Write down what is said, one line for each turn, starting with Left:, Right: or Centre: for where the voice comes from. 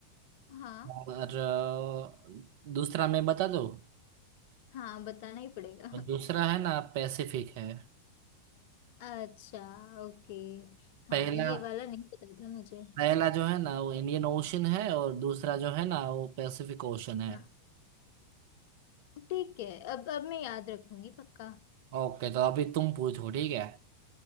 Left: हाँ
Right: और अ, दूसरा मैं बता दो
Left: हाँ बताना ही पड़ेगा
Right: और दूसरा है ना पैसिफिक है
Left: अच्छा ओके हाँ
Right: पहला
Left: ये वाला नहीं पता था मुझे
Right: पहला जो है ना वो इंडियन ओशन है और दूसरा जो है ना वो पैसिफिक ओशन है
Left: हाँ ठीक है अब अब मैं याद रखूंगी पक्का
Right: ओके तो अभी तुम पूछो ठीक है